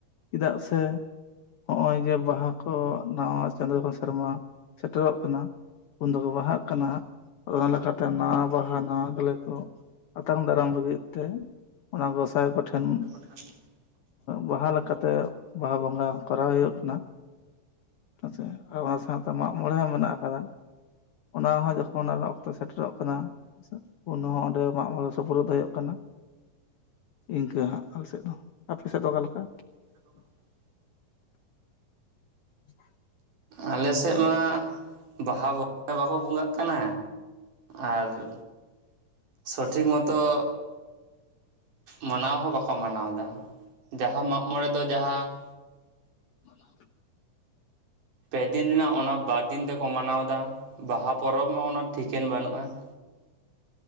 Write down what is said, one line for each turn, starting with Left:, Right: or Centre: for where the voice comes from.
Left: ᱪᱮᱫᱟᱜ ᱥᱮ ᱾ ᱦᱚᱜᱼᱚᱭ ᱡᱮ ᱵᱟᱸᱦᱟ ᱠᱚ ᱱᱟᱣᱟ ᱪᱟᱸᱫᱳ ᱥᱮᱨᱢᱟ ᱥᱮᱴᱮᱨᱚᱜ ᱾ ᱩᱱ ᱫᱚᱠᱚ ᱵᱟᱸᱦᱟᱜ ᱠᱟᱱᱟ ᱚᱱᱟ ᱞᱮᱠᱟᱛᱮ ᱱᱟᱣᱟ ᱵᱟᱸᱦᱟ ᱱᱟᱣᱟ ᱜᱮᱞᱮ ᱠᱚ ᱾ ᱟᱛᱟᱝ ᱫᱟᱨᱟᱢ ᱞᱟᱹᱜᱤᱫ ᱛᱮ ᱚᱱᱟ ᱜᱚᱸᱥᱟᱭ ᱠᱚ ᱴᱷᱮᱱ ᱾
Right: <unintelligible>
Left: ᱵᱟᱸᱦᱟ ᱞᱮᱠᱟᱛᱮ ᱵᱟᱸᱦᱟ ᱵᱚᱸᱜᱟ ᱠᱚᱨᱟᱣ ᱦᱩᱭᱩᱜ ᱠᱟᱱᱟ ᱾ ᱦᱮᱸᱥᱮ ᱟᱨ ᱚᱱᱟ ᱥᱟᱶ ᱛᱮ ᱢᱟᱜ ᱢᱚᱬᱮ ᱦᱚᱸ ᱢᱮᱱᱟᱜ ᱠᱟᱫᱟ ᱾ ᱚᱱᱟ ᱦᱚᱸ ᱡᱚᱠᱷᱚᱱ ᱚᱱᱟ ᱚᱠᱛᱚ ᱥᱮᱴᱮᱨᱚᱜ ᱠᱟᱱᱟ ᱩᱱ ᱦᱚᱸ ᱚᱸᱰᱮ ᱾ ᱢᱟᱜ ᱢᱚᱲᱮ ᱥᱚᱯᱚᱲᱚᱫ ᱫᱚ ᱦᱩᱭᱩᱜ ᱠᱟᱱᱟ ᱤᱱᱠᱟᱹ ᱦᱟᱸᱜ ᱟᱞ ᱥᱮᱫ ᱫᱚ ᱟᱯᱮ ᱥᱮᱫ ᱫᱚ ᱚᱠᱟᱞᱮᱠᱟ ᱾
Right: ᱫᱚᱠᱟᱱ ᱠᱟᱱᱟ <unintelligible>
Left: <unintelligible>
Right: ᱟᱞᱮ ᱥᱮᱫ ᱢᱟ ᱵᱟᱦᱟ ᱵᱚᱸ ᱵᱟᱠᱚ ᱵᱚᱸᱜᱟᱜ ᱠᱟᱱᱟ ᱟᱨ ᱾ ᱥᱚᱴᱷᱤᱠ ᱢᱚᱛᱚ ᱾ ᱢᱟᱱᱟᱣ ᱦᱚᱸ ᱵᱟᱠᱚ ᱢᱟᱱᱟᱣᱫᱟ ᱡᱟᱦᱟᱸ ᱢᱟᱜ ᱢᱚᱬᱮ ᱫᱚ ᱡᱟᱦᱟᱸ ᱾
Left: ᱚᱱᱟ <unintelligible>
Right: ᱯᱮ ᱫᱤᱱ ᱨᱮᱱᱟᱜ ᱚᱱᱟ ᱵᱟᱨ ᱫᱤᱱ ᱛᱮᱠᱚ ᱢᱟᱱᱟᱣ ᱮᱫᱟ ᱵᱟᱦᱟ ᱯᱚᱨᱚᱵᱽ ᱢᱟ ᱚᱱᱟ ᱴᱷᱤᱠᱟᱹᱱ ᱵᱟᱹᱱᱩᱜᱼᱟ ᱾